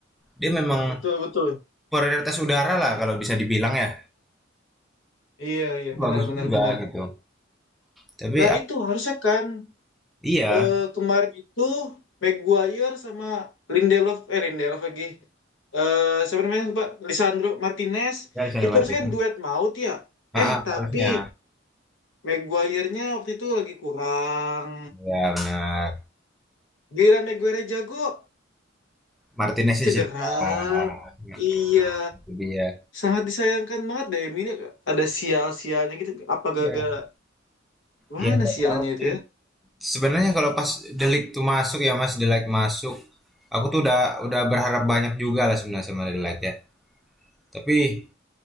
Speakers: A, in the centre; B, on the left.
A: Dia memang
B: Betul, betul.
A: prioritas udara lah kalau bisa dibilang ya.
B: Iya, iya,
A: Bagus
B: benar, benar,
A: juga
B: benar.
A: gitu. Tapi
B: Nah
A: ap
B: itu harusnya kan
A: iya,
B: Eh, kemarin itu Maguire sama Lindelof eh Lindelof lagi eh siapa namanya lupa Lisandro Martinez
A: ya Lisandro
B: itu
A: Martinez.
B: harusnya kan duet maut ya
A: ah
B: eh
A: ah,
B: tapi
A: harusnya.
B: Maguire-nya waktu itu lagi kurang
A: ya benar.
B: giliran Maguire jago
A: Martinez-nya
B: cedera
A: cedera. Nah,
B: iya
A: itu dia.
B: sangat disayangkan banget deh MU ini ada sial-sialnya gitu apa gara-gara
A: Iya.
B: mana
A: Iya nggak
B: sialnya
A: tahu
B: itu
A: sih.
B: ya
A: Sebenarnya kalau pas Delik tuh masuk ya Mas, Delik masuk, aku tuh udah udah berharap banyak juga lah sebenarnya sama Delik ya. Tapi